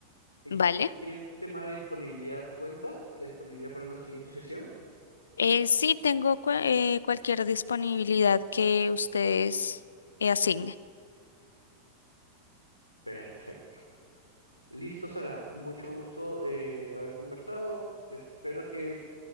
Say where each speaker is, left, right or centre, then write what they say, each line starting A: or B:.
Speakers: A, on the left (about 85°); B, on the left (about 70°).
A: Eh,
B: ¿vale?
A: ¿Qué tema de disponibilidad cuentas? ¿La disponibilidad para una siguiente sesión?
B: Eh, sí, tengo cu- eh, cualquier disponibilidad que ustedes eh, asignen.
A: Perfecto. Listo, Sara. Mucho gusto eh, haber conversado. Espero que